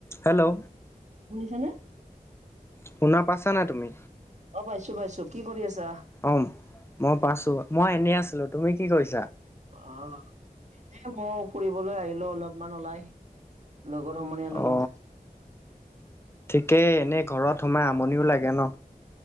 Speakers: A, on the left; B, on the right.
A: Hello
B: শুনিছানে।
A: শুনা পাইছা না তুমি?
B: অ পাইছো পাইছো কি কৰি আছা?
A: অম মই পাছো। মই এনেই আছিলো তুমি কি কৈছা?
B: অ' এনে মই ফুৰিবলৈ আহিলো, অলপমান ওলাই লগ লগৰ সমনীয়াৰ লগত।
A: অ ঠিকেই এনে ঘৰত সোমাই আমনিও লাগে ন।